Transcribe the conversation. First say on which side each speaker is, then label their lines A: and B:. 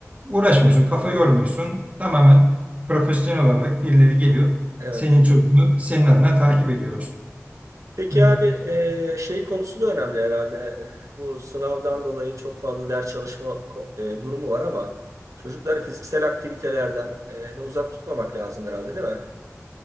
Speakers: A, on the right (about 30°); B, on the right (about 85°).
A: Uğraşmıyorsun, kafa yormuyorsun. Tamamen profesyonel olarak birileri geliyor.
B: evet.
A: Senin çocuğunu senin adına takip ediyor dostum.
B: Peki
A: E,
B: abi e, şey konusu da önemli herhalde. Bu sınavdan dolayı çok fazla ders çalışma ko- e, durumu var ama çocukları fiziksel aktivitelerden e, de uzak tutmamak lazım herhalde değil mi?